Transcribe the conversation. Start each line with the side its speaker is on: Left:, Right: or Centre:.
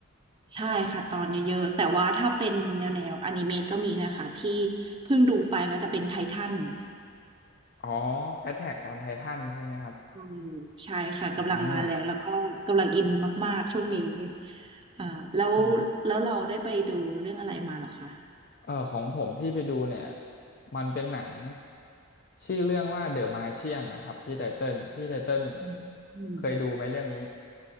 Right: ใช่ค่ะตอนเยอะๆ แต่ว่าถ้าเป็นแนวแนวอนิเมะก็มีนะคะที่เพิ่งดูไปก็จะเป็นไททัน
Left: อ๋อ Attack on Titan ใช่ไหมครับ
Right: อืมใช่ค่ะกำลังมาแรงแล้วก็กำลังอินมากๆช่วงนี้
Left: อืม
Right: อ่าแล้ว
Left: อืม
Right: แล้วเราได้ไปดูเรื่องอะไรมาเหรอคะ
Left: เออ ของผมที่ไปดูเนี่ย มันเป็นหนังชื่อเรื่องว่า The Martian นะครับพี่ไตเติ้ลพี่ไตเติ้ล
Right: อืมอืม
Left: เคยดูไหมเรื่องนี้